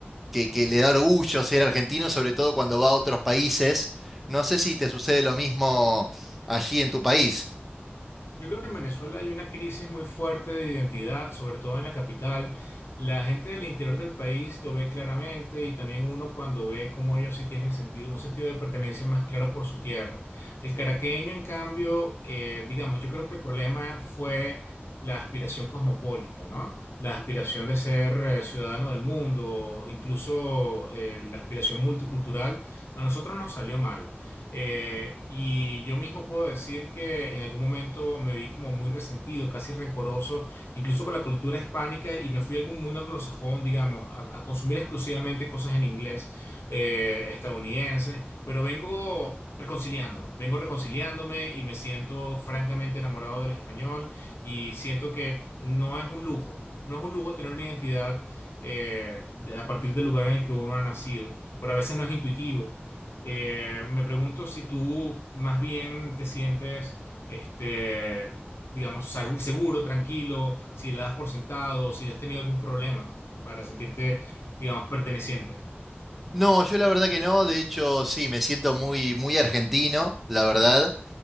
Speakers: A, in the centre; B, on the left (about 75°).
A: que, que le da orgullo ser argentino, sobre todo cuando va a otros países. No sé si te sucede lo mismo allí en tu país.
B: Yo creo que en Venezuela hay una crisis muy fuerte de identidad, sobre todo en la capital. La gente del interior del país lo ve claramente y también uno cuando ve cómo ellos sí tienen sentido, un sentido de pertenencia más claro por su tierra. El caraqueño, en cambio, eh, digamos, yo creo que el problema fue la aspiración cosmopolita, ¿no? La aspiración de ser eh, ciudadano del mundo, incluso eh, la aspiración multicultural, a nosotros nos salió mal. Eh, y yo mismo puedo decir que en algún momento me vi como muy resentido, casi rencoroso, incluso con la cultura hispánica, y me fui a algún mundo anglosajón, digamos, a, a consumir exclusivamente cosas en inglés, eh, estadounidenses, pero vengo reconciliándome, vengo reconciliándome y me siento francamente enamorado del español y siento que no es un lujo, no es un lujo tener una identidad eh, de- a partir del lugar en el que uno ha nacido, pero a veces no es intuitivo. Eh, me pregunto si tú más bien te sientes, este, digamos, segu- seguro, tranquilo, si la das por sentado, si has tenido algún problema para sentirte, digamos, perteneciente.
A: No, yo la verdad que no. De hecho, sí, me siento muy, muy argentino, la verdad.